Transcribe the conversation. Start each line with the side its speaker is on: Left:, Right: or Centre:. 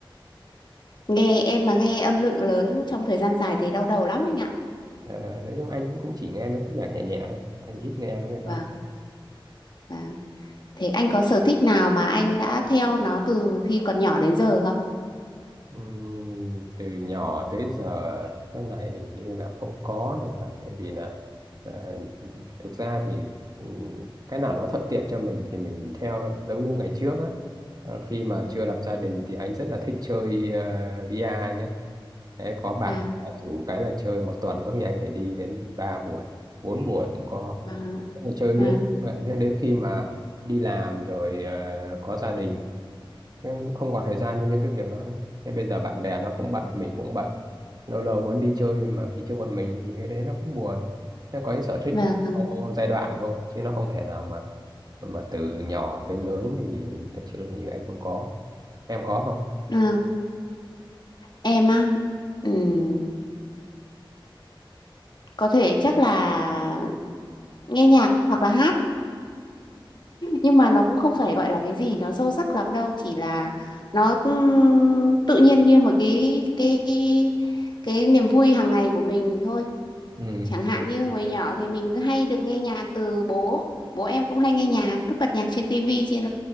Left: Nghe em mà nghe âm lượng lớn trong thời gian dài thì đau đầu lắm anh ạ.
Right: Ờ, nói chung anh cũng chỉ nghe mấy cái nhạc nhẹ nhẹ thôi anh ít nghe mấy cái đó
Left: Vâng, vâng. Thế anh có sở thích nào mà anh đã theo nó từ khi còn nhỏ đến giờ không?
Right: Ừm, từ nhỏ tới giờ cái này hình như là không có thì phải bởi vì là à, thực ra thì ừm, cái nào nó thuận tiện cho mình thì mình theo thôi giống như ngày trước á ờ, khi mà chưa lập gia đình thì anh rất là thích chơi uh, vi a nhé Đấy, có Ờ, bạn
Left: và
Right: dù cái là chơi một tuần có khi anh phải đi đến 3 buổi 4 buổi cũng có
Left: và
Right: Thế mà chơi liên
Left: Vâng.
Right: vậy nhưng đến khi mà đi làm rồi ờ, có gia đình nhưng cũng không còn thời gian cho những cái việc đó nữa thế bây giờ bạn bè nó cũng bận mình cũng bận lâu lâu muốn đi chơi mà đi chơi một mình thì cái đấy nó cũng buồn nó có những sở thích
Left: và
Right: nó
Left: và
Right: có giai đoạn thôi chứ nó không thể nào mà mà từ nhỏ tới lớn thì thực sự thì anh cũng có em có không
Left: ờ, em á ừm, có thể chắc là nghe nhạc hoặc là hát nhưng mà nó cũng không phải gọi là cái gì nó sâu sắc lắm đâu chỉ là nó ừm, tự nhiên như một cái cái cái niềm vui hàng ngày của mình thôi
Right: ừ,
Left: chẳng hạn như hồi nhỏ thì mình cứ hay được nghe nhạc từ bố bố em cũng hay nghe nhạc cứ bật nhạc trên tivi trên